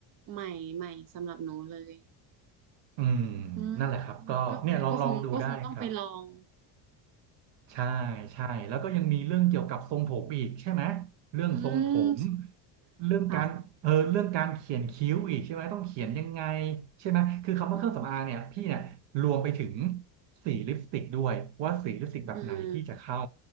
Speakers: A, on the right; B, on the right.
A: ใหม่ใหม่สำหรับหนูเลย
B: อืม
A: อืม
B: นั่นแหละครับก็เนี่ยลองลองดูได้ครับ
A: ก็คงก็คงก็คงต้องไปลอง
B: ใช่ใช่แล้วก็ยังมีเรื่องเกี่ยวกับทรงผมอีกใช่ไหมเรื่องทรงผม
A: อืม
B: เรื่องการเออเรื่องการเขียนคิ้วอีกใช่ไหมต้องเขียนยังไง
A: ค่ะ
B: ใช่ไหมคือคำว่าเครื่องสำอางเนี่ยพี่เนี่ยรวมไปถึง
A: อืม
B: สีลิปสติกด้วยว่าสีลิปสติกแบบไหนที่จะเข้า
A: อืม